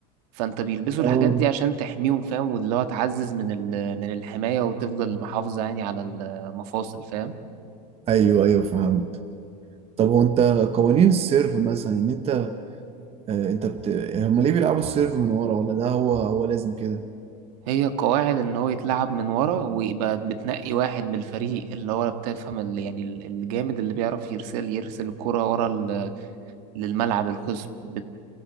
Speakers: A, on the right; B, on the right.
A: فانت بيلبسوا الحاجات
B: آه
A: دي عشان تحميهم فاهم واللي هو تعزز من ال... من الحماية وتفضل محافظة يعني على المفاصل فاهم
B: أيوه أيوه فهمت طب هو أنت قوانين السيرف مثلا إن أنت آه أنت بت... هما ليه بيلعبوا السيرف من ورا ولا ده هو هو لازم كده؟
A: هي قواعد ان هو يتلعب من ورا ويبقى بتنقي واحد من الفريق اللي هو بتفهم اللي يعني ال- الجامد اللي بيعرف يرسل يرسل الكرة ورا ال- للملعب الخصم بت